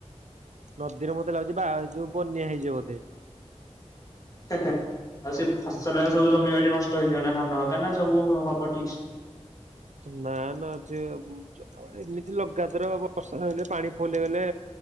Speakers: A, on the right (about 90°); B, on the left (about 30°).
A: ନଦୀରେ ମତେ ଲାଗୁଛି ବା ଯୋଉ ବନ୍ୟା ହେଇଯିବ ବୋଧେ।
B: ହେ ହେ ଆଉ ସେ ଫସଲ ସବୁ ଜମିବାଡି ନଷ୍ଟ ହେଇଯିବ ନା ଧାନ କ ନା ସବୁ ହବ ଠିକ ସେ।
A: ନା ନା ଜେ ଆଉ ଏମିତି ଲଗାତର ହବ ବର୍ଷା ହେଇଲେ ପାଣି ଫୁଲ୍ ହେଇ ଗଲେ